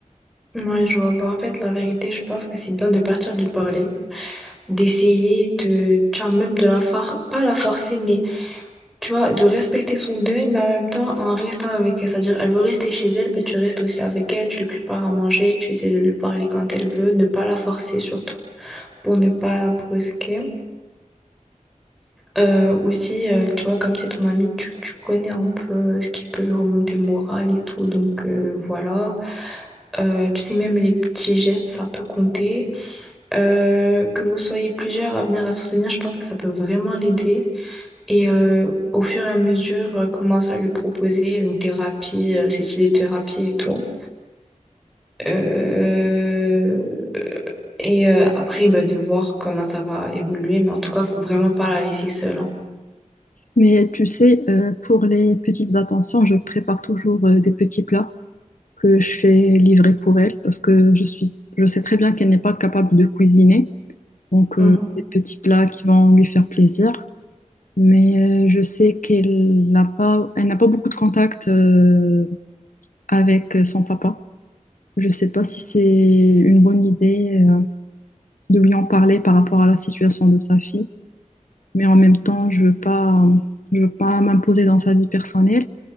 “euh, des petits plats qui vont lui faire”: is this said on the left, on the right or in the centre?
Left